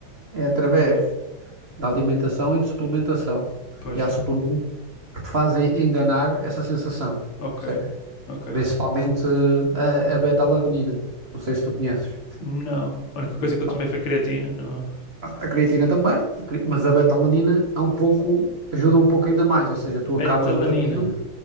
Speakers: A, on the right; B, on the left.
A: é através da alimentação e de suplementação.
B: Pois,
A: E há suplementos que te fazem enganar essa sensação,
B: ok,
A: percebes?
B: ok.
A: Principalmente a, a beta-alanina. Não sei se tu conheces.
B: Não. A única coisa que
A: Pronto.
B: eu tomei foi creatina. Não,
A: A a creatina também, a cre- mas a beta-alanina é um pouco, ajuda um pouco ainda mais. Ou seja, tu acabas
B: Betalanina.
A: o treino,